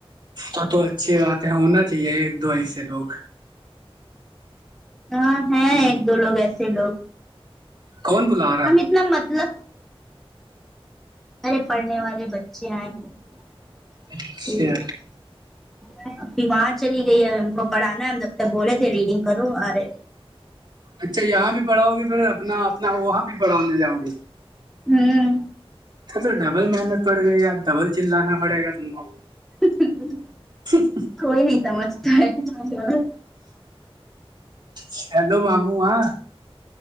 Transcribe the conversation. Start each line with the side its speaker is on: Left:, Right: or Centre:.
Right: تو تو اچھی بات ہے ہونا چاہیے ایک دو ایسے لوگ
Centre: ہاں ہیں
Right: ہ
Centre: ایک دو لوگ ایسے لوگ
Right: کون بولا
Centre: ہم اتنا مطلب ہمارے پڑھنے والے بچے آئے ہیں
Right: اچھا
Centre: ابھی وہاں چلی گئی ہے ہم کو پڑھانا ہے ہم جب بولے تھے ریڈنگ کرو آ رہے
Right: اچھا یہاں بھی پڑھاؤ گے پھر اپنا اپنا وہاں بھی پڑھانے جاؤ گے
Centre: ہوں
Right: تو تو ڈبل محنت پڑ گئی ڈبل چلانا پڑے گا تم کو
Centre: ہوں ہوں ہوں
Right: <inaudible>
Centre: کوئی نہیں سمجھتا ہے <unintelligible>
Right: چلو ماموں آاں